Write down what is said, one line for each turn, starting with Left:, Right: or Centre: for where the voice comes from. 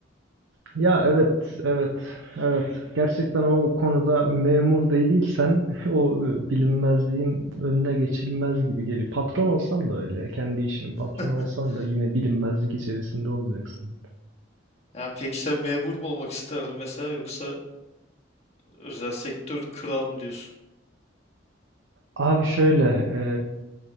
Right: Ya evet, evet, evet. Gerçekten o konuda memur değilsen <laughs> o e, bilinmezliğin önüne geçilmez gibi geliyor. Patron olsan da öyle, kendi işinin patronu
Left: <laughs>
Right: olsan da yine bilinmezlik içerisinde olacaksın.
Left: Yani peki sen memur mu olmak isterdin mesela yoksa özel sektör kral mı diyorsun?
Right: Abi şöyle, e,